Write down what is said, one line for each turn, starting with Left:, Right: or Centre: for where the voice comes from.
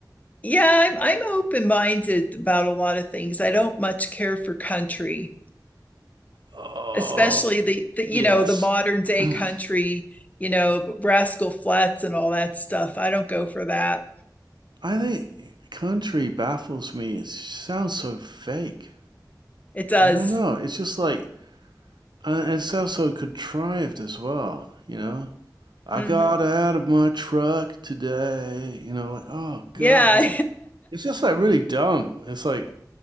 Left: yeah, I'm I'm open-minded about a lot of things. I don't much care for country,
Right: Oh,
Left: especially the, the
Right: yes.
Left: you know, the modern
Right: <clears throat>
Left: day
Right: I
Left: country, you know, Rascal Flatts and all that stuff. I don't go for that.
Right: think country baffles me. It sounds so fake.
Left: It does.
Right: I don't know. It's just like, uh, it sounds so contrived as well, you know? I
Left: hmm
Right: got out of my truck today. You know, like, oh God,
Left: Yeah.
Right: it's like it's just like really dumb. It's like,